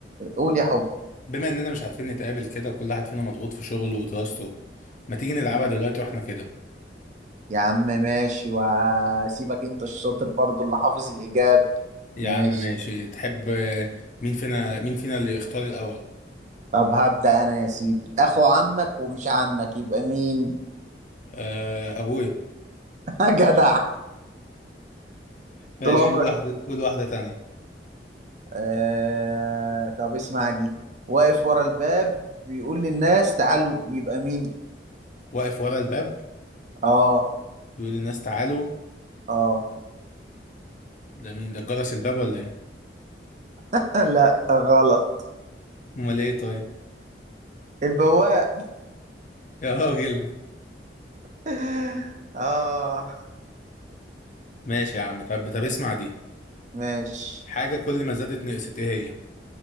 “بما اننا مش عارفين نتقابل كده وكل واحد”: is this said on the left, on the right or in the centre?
Left